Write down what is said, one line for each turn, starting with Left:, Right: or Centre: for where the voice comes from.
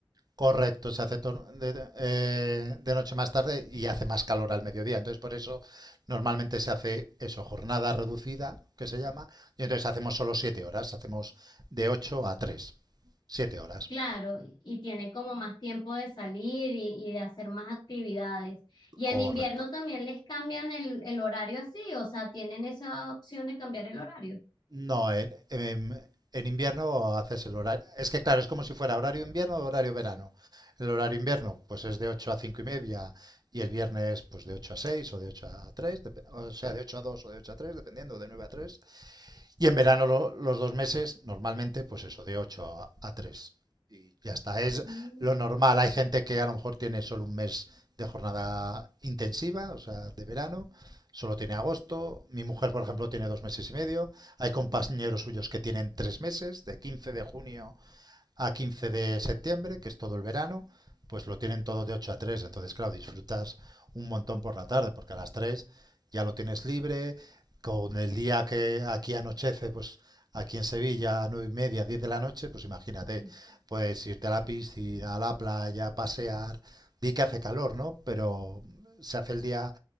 Right: Correcto, se hace de, eh, de, noche más tarde y hace más calor al mediodía. Entonces, por eso normalmente se hace eso, jornada reducida, que se llama, y entonces hacemos solo siete horas, hacemos de 8 a tres, Siete horas,
Left: Claro, y tienen como más tiempo de salir y, y de hacer más actividades. Y
Right: correcto.
Left: en invierno también les cambian el, el horario así, o sea, tienen esa opción de cambiar el horario.
Right: No, en, en- en invierno haces el horario. Es que claro, es como si fuera horario invierno o horario verano. El horario invierno, pues es de 8 a 5 y media y el viernes, pues de 8 a 6 o de 8 a 3, dep- o sea, de 8 a 2 o de ocho a 3, dependiendo, de 9 a 3. Y en verano lo- los dos meses, normalmente, pues eso, de 8 a, tres Y ya está, es
Left: Mm,
Right: lo normal. Hay gente que a lo mejor tiene solo un mes de jornada intensiva, o sea, de verano, solo tiene agosto. Mi mujer, por ejemplo, tiene dos meses y medio. Hay compañeros suyos que tienen tres meses, de 15 de junio a 15 de septiembre, que es todo el verano, pues lo tienen todo de 8 a tres Entonces, claro, disfrutas un montón por la tarde, porque a las 3 ya lo tienes libre. Con el día que aquí anochece, pues aquí en Sevilla, a 9 y media, 10 de la noche, pues imagínate,
Left: mm,
Right: puedes irte a la piscina, a la playa, pasear. Di que hace calor, ¿no? Pero se hace el día